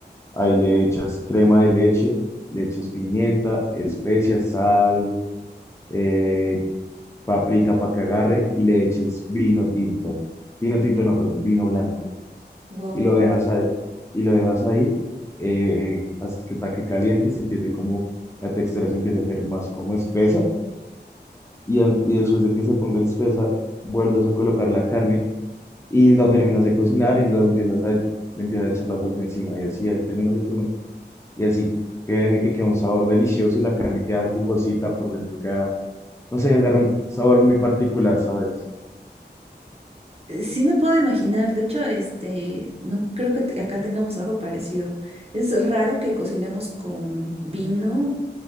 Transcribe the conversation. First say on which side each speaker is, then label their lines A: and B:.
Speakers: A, on the left; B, on the right.
A: Ahí le echas crema de leche, le echas pimienta, especias, sal, eh, paprika para que agarre y le echas vino tinto. Vino tinto, no, perdón, vino blanco.
B: Wow.
A: Y lo dejas ahí, y lo dejas ahí eh, hasta que está que caliente y se empiece como, la textura se empieza a hacer más como espesa. Y, en- y después de que se ponga espesa, vuelves a colocar la carne y lo terminas de cocinar y lo empiezas a, le empiezas a echar la salsa encima. Y así eh, terminas de, Y así créeme que queda un sabor delicioso y la carne queda jugosita por dentro, queda, no sé, agarra un sabor muy particular, ¿sabes?
B: Eh, Sí me puedo imaginar. De hecho, este, no creo que te- acá tengamos algo parecido. Es raro que cocinemos con vino,